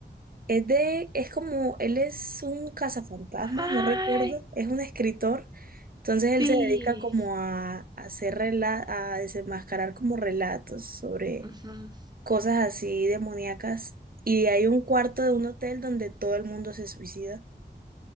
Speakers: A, on the right (about 55°); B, on the right (about 20°).
A: Es de, es como, él es un cazafantasmas,
B: Ay,
A: no recuerdo, es un escritor, entonces él
B: sí.
A: se dedica como a, a hacer rela- a desenmascarar como relatos sobre
B: Ujú,
A: cosas así demoníacas. Y hay un cuarto de un hotel donde todo el mundo se suicida.